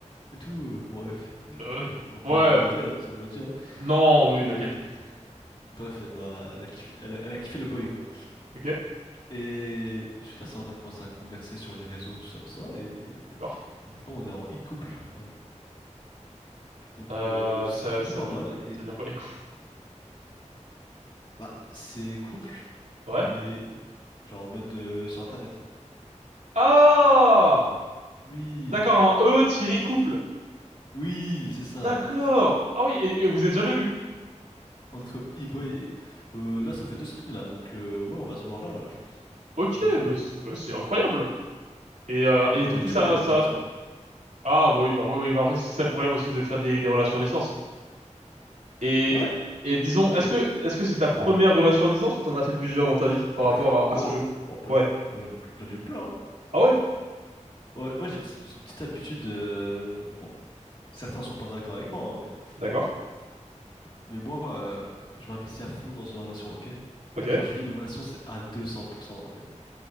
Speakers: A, on the left; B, on the right.
A: Et tout, euh, bref. Et bon,
B: Euh, ok.
A: bref, on va pas
B: ouais,
A: aller dans les détails hein, de ce qu'elle m'a dit. hein.
B: non, oui,
A: Mais
B: t'inquiète.
A: bref, elle m'a, elle a kiffé, elle a, elle a kiffé le boy, quoi.
B: Ok,
A: Et bon, suite à ça, on a commencé à converser sur les réseaux, tout ça, tout ça. Et, et
B: d'accord.
A: maintenant, on est en e-couple. Voilà. Donc,
B: Euh,
A: euh, c'est
B: ça,
A: plutôt
B: ça
A: pas
B: veut,
A: mal. Et
B: ça veut dire quoi, les couples?
A: bah, c'est couple,
B: Ouais.
A: mais genre en mode euh, sur Internet.
B: Ah!
A: Oui,
B: D'accord, un E tiré couple.
A: Oui, c'est ça,
B: D'accord.
A: c'est ça.
B: Ah oui, et, et vous êtes jamais vu.
A: Entre e-boy et... euh, là, ça fait deux semaines, là. Donc, euh, ouais, on va se voir là, là, je pense.
B: Ok,
A: Bientôt,
B: bah
A: là.
B: c'est bah c'est incroyable. Et, euh, et
A: Ouais,
B: du
A: mais
B: coup,
A: tu
B: ça,
A: connais, elle
B: ça,
A: habite en Espagne.
B: Ah bah oui, bah oui, oui, bah après c'est ça le problème aussi de faire des, des relations à distance. Et,
A: Ouais, tu-
B: et disons,
A: ouais,
B: est-ce
A: dis-moi.
B: que est-ce que c'est ta première relation à distance ou t'en as fait plusieurs dans ta vie par
A: Ouf,
B: rapport à,
A: bon.
B: à ce jeu?
A: Bon, pas
B: Ouais.
A: lui. Moi, j'en ai, j'en ai eu plein. hein.
B: Ah ouais?
A: Ouais, moi, j'ai une, j'ai une petite habitude. euh, Bon, certains sont pas d'accord avec moi, hein, mais,
B: D'accord.
A: mais moi, euh, je m'investis à fond dans une relation, ok?
B: Ok.
A: Quand je vis une relation, c'est à 200% en fait.